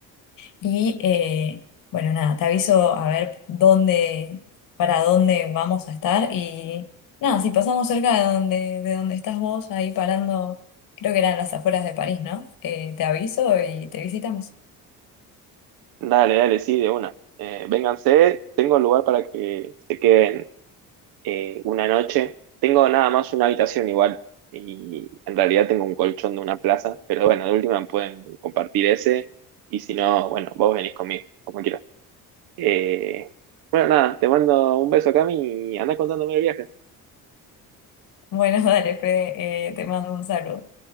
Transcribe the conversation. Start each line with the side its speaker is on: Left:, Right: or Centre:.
Left: Y eh, bueno, nada, te aviso a ver dónde, para dónde vamos a estar. Y nada, si pasamos cerca de donde, de donde estás vos, ahí parando, creo que eran las afueras de París, ¿no? Eh, te aviso y te visitamos.
Right: Dale, dale, sí, de una. Eh, vénganse, tengo lugar para que se queden eh, una noche. Tengo nada más una habitación igual y en realidad tengo un colchón de una plaza, pero bueno, de última pueden compartir ese y si no, bueno, vos venís conmigo, como quieras. Eh, bueno, nada, te mando un beso, Cami, y anda contándome el viaje.
Left: Bueno, <laughs> dale, Fede, eh, te mando un saludo.